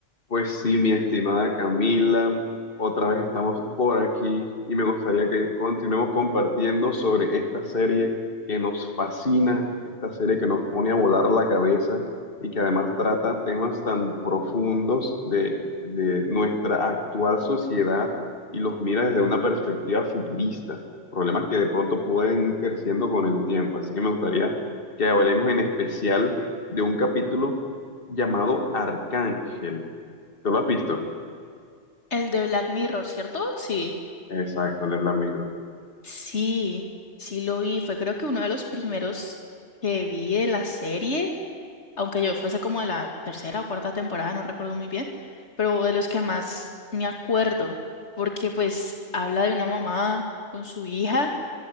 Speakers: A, on the left; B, on the left.
A: Pues sí, mi estimada Camila, otra vez estamos por aquí y me gustaría que continuemos compartiendo sobre esta serie que nos fascina, esta serie que nos pone a volar la cabeza y que además trata temas tan profundos de, de nuestra actual sociedad y los mira desde una perspectiva futurista, problemas que de pronto pueden ir creciendo con el tiempo. Así que me gustaría que hablemos en especial de un capítulo llamado Arcángel. ¿Tú lo has visto?
B: El de Black Mirror, ¿cierto? Sí.
A: Exacto, el de Black Mirror.
B: Sí, sí lo vi. Fue creo que uno de los primeros que vi de la serie, aunque yo fuese como de la tercera o cuarta temporada, no recuerdo muy bien, pero de los que más me acuerdo, porque pues habla de una mamá con su hija